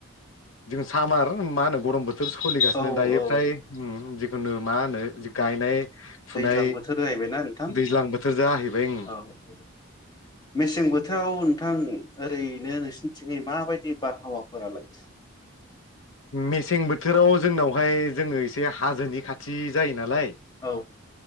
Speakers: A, on the left; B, on the left.
A: जों सामार मा होनो गरम बो थोर सलिगासिनो
B: औ
A: दायो
B: औ
A: फ्राय ओं नो मा होनो गायनाय
B: दैज्लां
A: फुनाय
B: बोथोर जाहैबायना नोंथां
A: दैज्लां बोथोर जाहैबाय ओं
B: औ औ मेसें बोथोराव थां ओरैनो नोंसिनिथिङै माबायदि बारहावाफोरालाय?
A: मेसें बोथोराव जोंनावहाय जोङो एसे हाजोनि खाथि जायो नालाय।
B: औ।